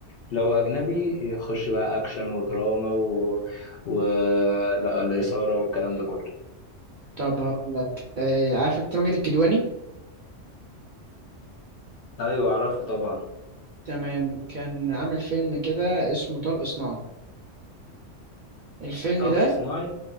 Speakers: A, on the left; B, on the right.
A: لو اجنبي يخش بقى اكشن ودراما و... و... لا الإثارة والكلام ده كله
B: طب هقول لك آه، عارف انت ماجد الكدواني
A: ايوه اعرفه طبعا
B: تمام كان عامل فيلم كده اسمه طلق صناعة الفيلم
A: طلق
B: ده
A: صناعي